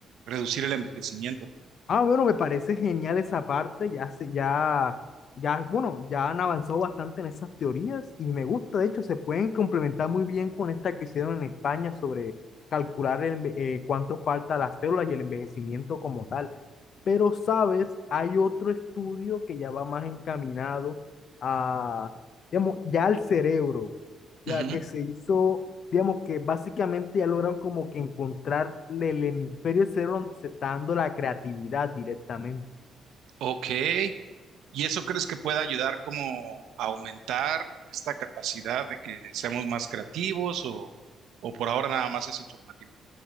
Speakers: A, on the right; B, on the left.
A: reducir el envejecimiento.
B: Ah, bueno, me parece genial esa parte, ya se, ya, ya, bueno, ya han avanzado bastante en esas teorías y me gusta, de hecho, se pueden complementar muy bien con esta que hicieron en España sobre calcular el enve- eh, cuánto falta a las células y el envejecimiento como tal. Pero, sabes, hay otro estudio que ya va más encaminado a, digamos, ya al cerebro, ya
A: Ujú.
B: que se hizo digamos que básicamente ya lograron como que encontrar el hemisferio del cerebro donde se está dando la creatividad directamente.
A: Ok. ¿Y eso crees que pueda ayudar como a aumentar esta capacidad de que seamos más creativos o, o por ahora nada más es informativo?